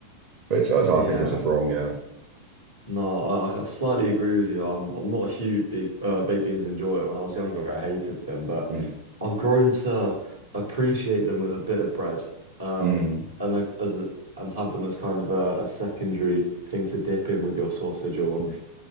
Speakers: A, on the right (about 45°); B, on the right (about 75°).
A: which, which I
B: Yeah.
A: think is just wrong, yeah.
B: No, I, I slightly agree with you. I'm I'm not a huge big uh, baked beans enjoyer. When I was younger, I hated them, but
A: Mm.
B: I've grown to appreciate them with a bit of bread, um,
A: Mm,
B: and like as a, and have them as kind of a, a secondary thing to dip in with your sausage or
A: mm.